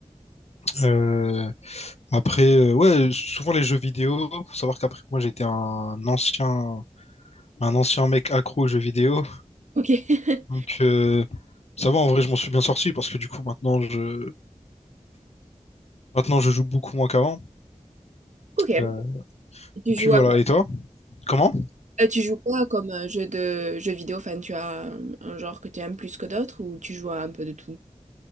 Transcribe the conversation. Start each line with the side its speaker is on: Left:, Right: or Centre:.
Left: Euh, après, euh, ouais, souvent les jeux vidéo. Faut savoir qu'après moi, j'étais un ancien, un ancien mec accro aux jeux vidéo.
Right: Ok. <laughs>
Left: Donc euh, ça va, en vrai, je m'en suis bien sorti parce que du coup, maintenant, je Maintenant, je joue beaucoup moins qu'avant.
Right: Ok.
Left: Euh,
Right: Tu
Left: et
Right: joues
Left: puis voilà.
Right: à-
Left: Et toi? Comment?
Right: euh, tu joues quoi comme euh, jeu de jeu vidéo? Enfin, tu as un, un genre que tu aimes plus que d'autres ou tu joues à un peu de tout?